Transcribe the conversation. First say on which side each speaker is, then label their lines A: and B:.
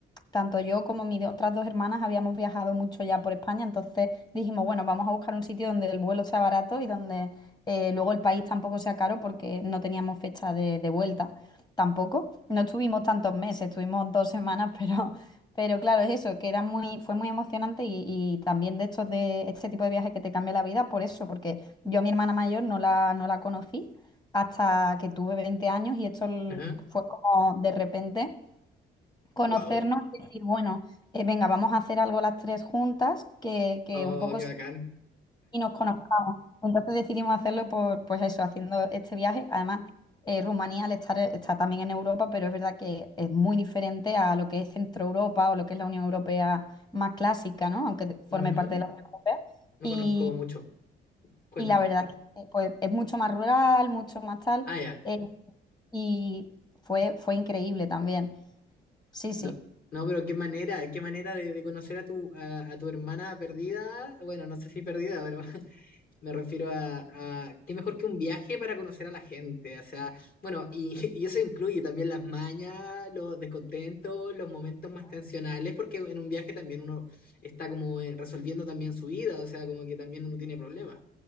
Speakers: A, on the left; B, on the left.
A: tanto yo como mis otras dos hermanas habíamos viajado mucho ya por España, entonces dijimos, bueno, vamos a buscar un sitio donde el vuelo sea barato y donde eh, luego el país tampoco sea caro porque no teníamos fecha de, de vuelta tampoco. No estuvimos tantos meses, estuvimos dos semanas, <laughs> pero, pero claro, es eso, que era muy, fue muy emocionante y, y también de estos de este tipo de viajes que te cambia la vida por eso, porque yo a mi hermana mayor no la, no la conocí hasta que tuve 20 años y esto l-
B: Ajá.
A: fue como de repente conocernos
B: Wow.
A: y decir, bueno, eh, venga, vamos a hacer algo las tres juntas que, que
B: Oh,
A: un poco
B: qué
A: sí-
B: bacán.
A: y nos conozcamos. Entonces decidimos hacerlo por, pues eso, haciendo este viaje. Además, eh, Rumanía al estar, está también en Europa, pero es verdad que es muy diferente a lo que es Centro Europa o lo que es la Unión Europea más clásica, ¿no? Aunque
B: Ujú.
A: forme parte de la Unión Europea.
B: No
A: Y,
B: conozco mucho. Cuéntame.
A: y la verdad que eh, pues, es mucho más rural, mucho más tal,
B: Ah, ya.
A: eh, y fue, fue increíble también. Sí, sí.
B: No, no, pero qué manera, qué manera de, de conocer a tu, a, a tu hermana perdida. Bueno, no sé si perdida, pero <laughs> me refiero a, a qué mejor que un viaje para conocer a la gente. O sea, bueno, y, <laughs> y eso incluye también las mañas, los descontentos, los momentos más tensionales, porque en un viaje también uno está como eh, resolviendo también su vida, o sea, como que también uno tiene problemas.